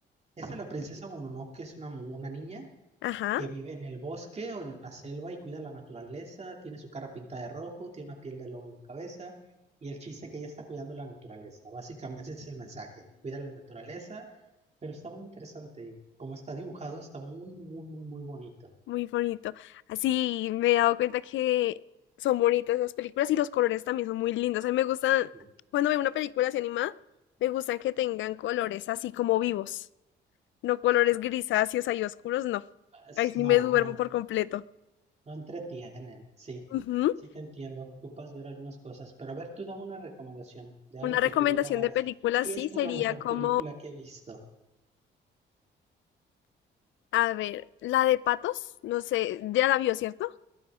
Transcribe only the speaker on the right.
Esa es La princesa Mononoke es una, mu- una niña
que vive en el bosque o en la selva y cuida la naturaleza, tiene su cara pintada de rojo, tiene una piel de lobo en la cabeza y el chiste es que ella está cuidando la naturaleza. Básicamente ese es el mensaje, cuida la naturaleza, pero está muy interesante y como está dibujado está muy, muy, muy, muy bonito.
Sí.
Es-
no,
no,
no entretienen, sí.
Sí te entiendo, ocupas ver algunas cosas, pero a ver, tú dame una recomendación de algo
que
tú digas,
esta
es la mejor
película que he visto.